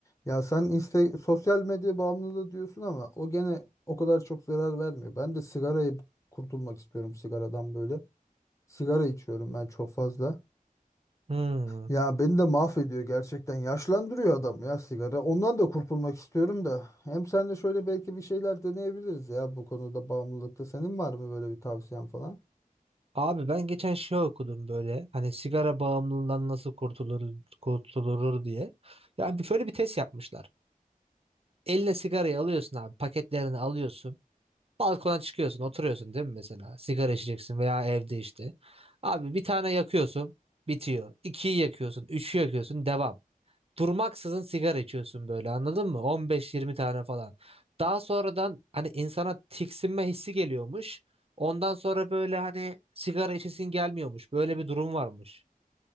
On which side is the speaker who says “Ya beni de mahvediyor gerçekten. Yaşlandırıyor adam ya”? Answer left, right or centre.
Left